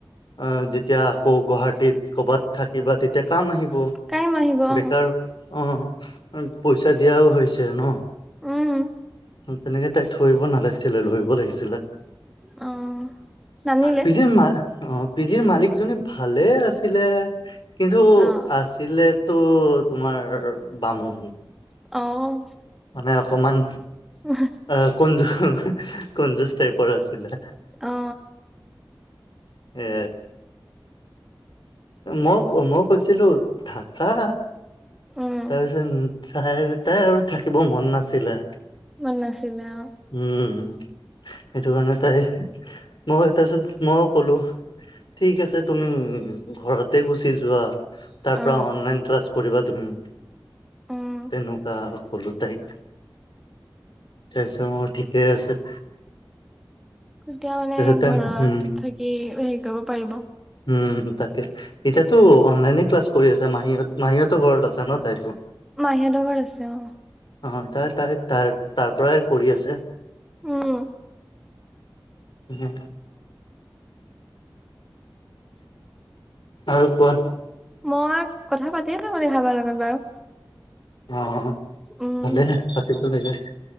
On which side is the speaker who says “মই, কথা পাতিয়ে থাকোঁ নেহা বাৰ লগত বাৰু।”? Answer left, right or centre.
Centre